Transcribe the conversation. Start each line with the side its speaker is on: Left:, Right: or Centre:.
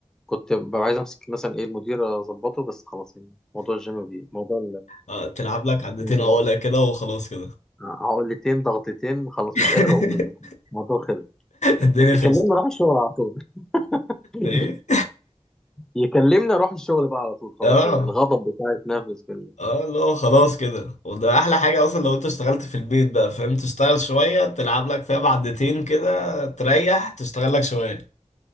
Centre: كنت ببقى عايز امسك مثلا ايه المدير اظبطه بس خلاص يعني موضوع الجيم بي موضوع
Left: آه. تلعب لك عدتين
Centre: ال...
Left: عقلة
Centre: <laughs>
Left: كده وخلاص كده
Centre: عقلتين ضغطتين خلاص
Left: <laughs>
Centre: مش قادر اقوم من المكان الموضوع خلص
Left: الدنيا
Centre: يكلمني
Left: خلصت
Centre: اروح الشغل على طول <laughs>
Left: ايه
Centre: يكلمني اروح الشغل بقى على طول خلاص
Left: اه
Centre: الغضب بتاعي اتنفس في ال...
Left: اه اللي هو خلاص كده وده احلى حاجة اصلا لو انت اشتغلت في البيت بقى فاهم تشتغل شوية تلعب لك فيها بعدتين كده تريح تشتغل لك شوية